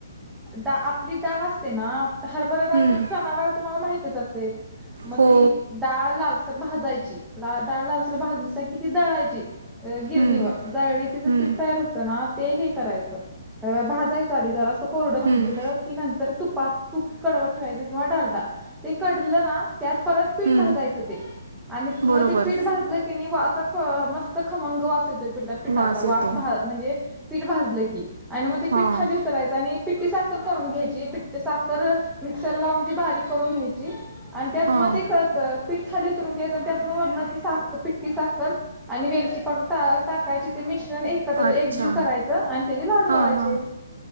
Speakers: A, in the centre; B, on the right.
A: ड आपली डाळ असते ना. हरभरा डाळ
B: हं,
A: चना डाळ तुम्हाला माहितच असेल मग
B: हो
A: ती डाळ लाव. तर भाजायची डाळ लाल तर भाजली स ती दळायची. गिरणीवर
B: हं,
A: दळी तिचं
B: हं,
A: पीठ तयार होतं ना ते हे करायचं. भाजायचचा आली जरा असं कोरडं भाजलं.
B: हं,
A: नंतर तुपात तूप कडवत ठेवायच किंवा डालड ते कडलं ना त्यात परत पीठ
B: हं,
A: भाजायच हो ते आणि मग
B: बरोबर
A: ते पीठ भाजलं की नाही वा मस्त खमंग वासायच हो. पठा
B: वास
A: वा
B: येतो
A: म्हणजे पीठलं की आणि मग ते
B: हां
A: पीठ खाली उतरायचं आणि पिट्टी साखर करून घ्यायची पिट्ट साखर मिक्सर लावून ती बारीक करून घ्यायची आणि त्यात
B: हां
A: मध्ये पठ खाली उतरून घ्यायच त्यातन वरण सा पिट्टी साखर आणि वेलची पावडर टा काय ते मिश्रण एकत्र
B: अच्छा
A: एक जीव करायचं आणि त्याचे लाडू
B: हां
A: वळायचे
B: हां